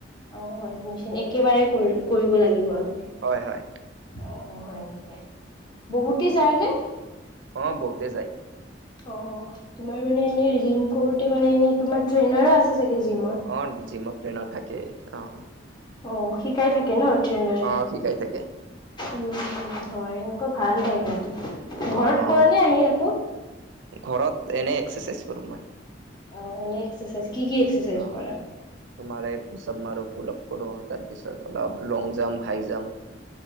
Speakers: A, on the left; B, on the right.
A: অ এডমিশন একেবাৰে কৰি কৰিব লাগিব আৰু মানে।
B: হয় হয়।
A: অ হয় নিকি? বহুতে যায়নে?
B: অ বহুতে যায়।
A: অ তোমাৰ মানে এনে জিম কৰোতে মানে এনে তোমাৰ ট্ৰেইনাৰে আছে চাগে জিমৰ?
B: অ জিমত ট্ৰেনাৰ থাকেই অ।
A: অ শিকাই থাকে ন ট্ৰেইনাৰে?
B: অ', শিকাই থাকে
A: উম হয় এনেকুৱা ভাল হয় কিন্তু ঘৰত
B: অ',
A: কৰা নে আহি আকৌ?
B: ঘৰত এনেই এক্সেৰচাইজ কৰো মই।
A: অ এনে এক্সেচাইজ কি কি এক্সাৰচাইজ
B: অ।
A: কৰা?
B: তোমাৰে পোচাপ মাৰো, পলাপ কৰো তাৰপিছত অলপ লং জাম্প, হাই জাম্প